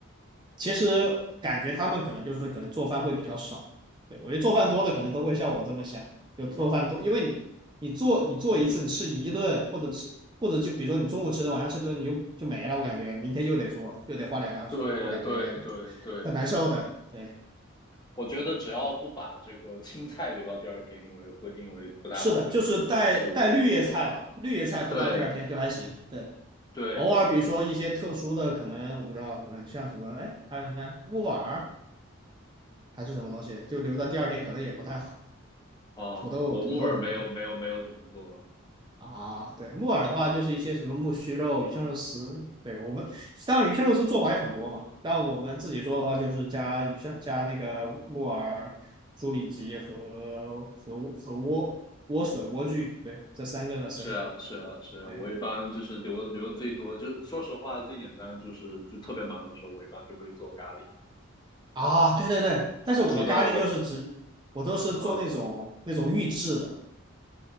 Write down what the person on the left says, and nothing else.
对对对对，
我觉得只要不把这个青菜留到第二天，因为会因为不太好有那个刺。
对
对对对，
哦、
我木耳没有没有没有怎么做。
是啊是啊是啊，
我一般就是留的留的最多，就是说实话最简单就是就特别忙的时候，我一般就会做咖喱、
土土豆，嗯，哦